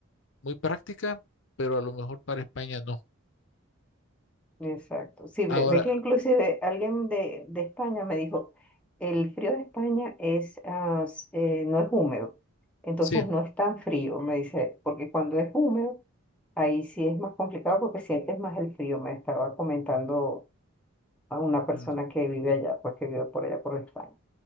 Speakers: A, on the left; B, in the centre.
A: muy práctica, pero a lo mejor para España no.
B: Exacto. Sí,
A: Ahora,
B: ve, ve que inclusive alguien de, de España me dijo, el frío de España es, ah, s- eh, no es húmedo, entonces
A: sí,
B: no es tan frío, me dice, porque cuando es húmedo, ahí sí es más complicado porque sientes más el frío, me estaba comentando a una persona
A: mm,
B: que vive allá, pues que vive por allá por España.